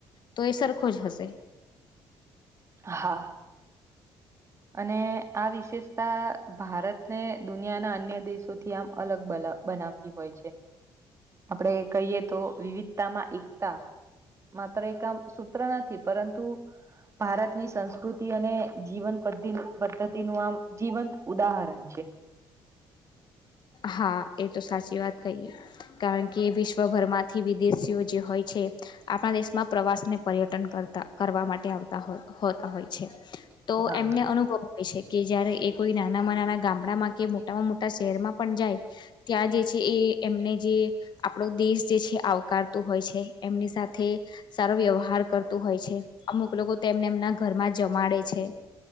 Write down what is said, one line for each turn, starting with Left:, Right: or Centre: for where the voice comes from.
Left: તો એ સરખો જ હશે
Right: હા અને આ વિશેષતા ભારતને દુનિયાના અન્ય દેશોથી આમ અલગ બલ બનાવતી હોય છે આપણેે કહીએ તો વિવિધતામાં એકતા માત્ર એક આમ સૂત્ર નથી પરંતુ ભારતની સંસ્કૃતિ અને જીવન પદ્ધિ પદ્ધતિનું આમ જીવંત ઉદાહરણ છે.
Left: હા, એ તો સાચી વાત કહીએ કારણ કે વિશ્વભરમાંથી વિદેશીઓ જે હોય છે, આપણા દેશમાં પ્રવાસને પર્યટન કરતા કરવા માટે આવતા હો હોતા હોય છે તો
Right: હા.
Left: એમને અનુભવ હોય છે. કે જય્યારે એ કોઈ નાના માણહ ના ગામડામાં કે મોટામાં મોટા શહેરમાં પણ જાય ત્યાં જે છે એ એમને જે આપણો દેશ જે છે આવકારતો હોય છે. એમની સાથે સારો વ્યવહાર કરતું હોય છે, અમુક લોકો તો એમને એમના ઘરમાં જમાડે છે